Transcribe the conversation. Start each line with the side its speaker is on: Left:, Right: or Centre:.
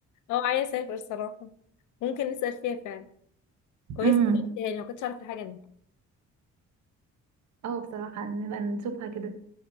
Left: اه عايزه اسافر صراحه ممكن نسال فيها فعلا كويس
Right: امم
Left: إنك قلتيها لي ما كنتش اعرف الحاجه دي
Right: اه بصراحه نبقى نشوفها كده